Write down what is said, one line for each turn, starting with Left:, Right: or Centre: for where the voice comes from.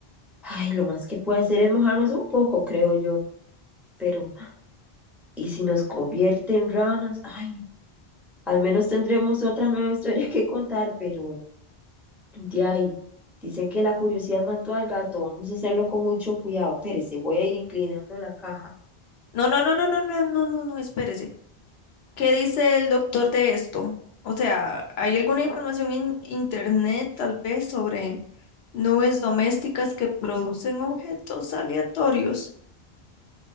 Centre: Ay, lo más que puede hacer es mojarnos un poco, creo yo. Pero Y si nos convierte en ranas, ay, al menos tendremos otra nueva historia que contar, pero de ahí, dicen que la curiosidad mató al gato, vamos a hacerlo con mucho cuidado. Pérese, voy a ir inclinando la caja.
Left: No, no, no, no, no, no, no, no, no, espérese. ¿Qué dice el doctor de esto? O sea, ¿hay alguna información en internet tal vez sobre nubes domésticas que producen objetos aleatorios?